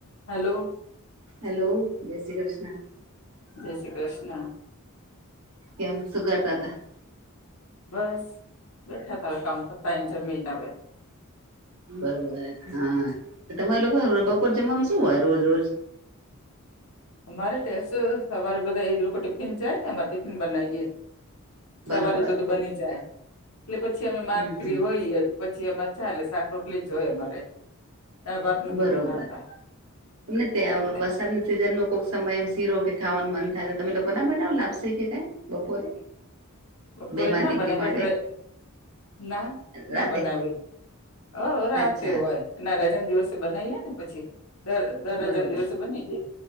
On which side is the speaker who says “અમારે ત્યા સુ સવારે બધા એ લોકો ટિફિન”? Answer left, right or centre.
Left